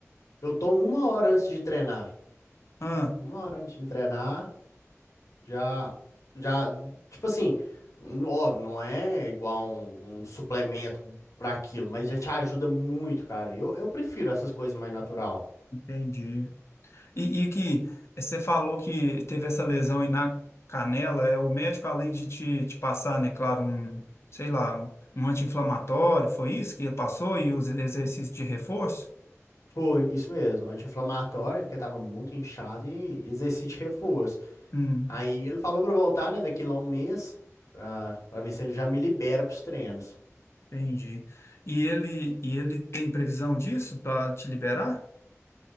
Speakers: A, on the left; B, on the left.
A: Eu tomo uma hora antes de treinar.
B: Ah,
A: Uma hora antes de treinar. Já, já, tipo assim, n- óbvio, não é igual um, um suplemento pra aquilo, mas já te ajuda muito, cara. Eu, eu prefiro essas coisas mais natural.
B: entendi. E, e que eh, você falou que teve essa lesão aí na canela, é o médico, além de te, te passar, né, claro, um, sei lá, um, um anti-inflamatório, foi isso que ele passou e os exercícios de reforço?
A: Foi, isso mesmo, anti-inflamatório, porque tava muito inchado e exercício de reforço.
B: Hum,
A: Aí ele falou pra eu voltar, né, daqui lá um mês, pra, pra ver se ele já me libera pros treinos.
B: entendi. E ele, e ele tem previsão disso para te liberar?